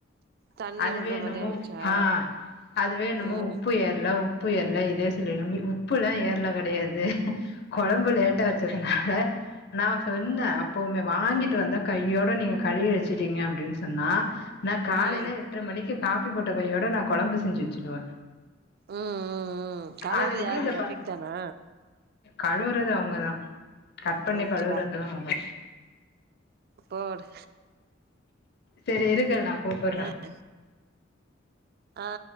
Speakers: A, on the right (about 50°); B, on the left (about 55°).
A: தண்ணி
B: அதுவே
A: விடுற
B: என்னமோ
A: மாரி ஆயிடுச்சா
B: ஆ அதுவே என்னமோ
A: ம்
B: உப்பு ஏற்ல உ ப்பு ஏர்ல இதே சொல்லி உப்புலா ஏர்ல கெடயாது கொழம்பு லேட்டா வெச்சதுனால நா சொன்னே அப்பவுமே வாங்கிட்டு
A: ம்
B: வந்த கெய்யோட நீங்க கழுவி வச்சிட்டீங்க அப்டின் சொன்னா நா காலைல
A: ம் ம்
B: எட்ர மணிக்கு காப்பி போட்ட கையோட நா கொழம்பு செஞ்சு வெச்சுடுவே
A: ம் ம் கழுவுறது
B: அதுக்கப்புற
A: யாரு
B: இந்த
A: ரஃபிக் தானா
B: கழுவுறது அவுங்கதா கட் பன்னி
A: போச்சுடா
B: கழுவுறதுதா அவுங்க
A: போடு
B: சேரி இருங்க நா கூப்புட்ற
A: ம் ஆ